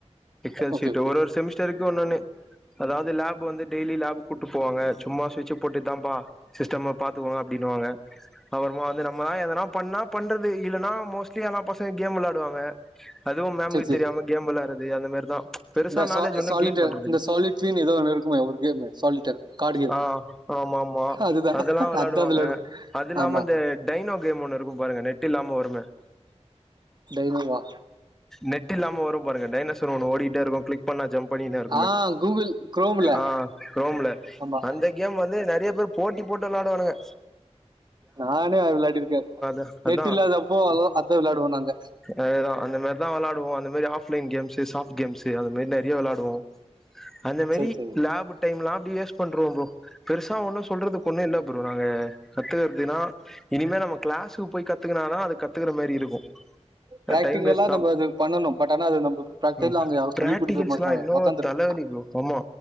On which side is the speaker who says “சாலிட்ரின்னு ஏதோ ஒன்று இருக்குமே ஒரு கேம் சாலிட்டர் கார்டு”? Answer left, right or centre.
Right